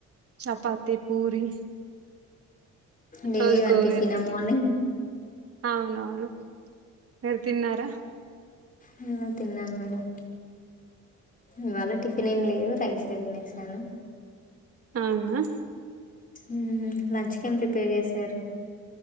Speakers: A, on the right; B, on the left.
A: chapati puri
B: daily
A: రోజుకో
B: వన్ టిఫిన్
A: వెరైటీ
B: ఏమోని
A: అవునవును మీర్ తిన్నారా
B: హా తిన్నాను మేడమ్ ఇవాళ టిఫిన్ ఏం లేదు రైస్ తినేసాను
A: అవునా
B: హ్మ్ లంచ్కేం ప్రిపేర్ చేశారు